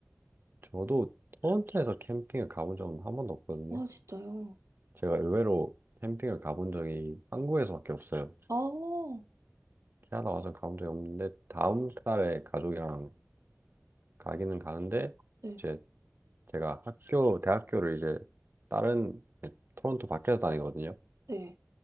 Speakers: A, on the right (about 45°); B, on the right (about 80°).
A: 저도 토론토에서 캠핑을 가본 적은 한 번도 없거든요.
B: 아, 진짜요?
A: 제가 의외로 캠핑을 가본 적이 한국에서밖에 없어요.
B: 아,
A: 캐나다 와서 가본 적이 없는데 다음 달에 가족이랑 가기는 가는데
B: 네,
A: 이제 제가 학교 대학교를 이제 다른 네, 토론토 밖에서 다니거든요.
B: 네.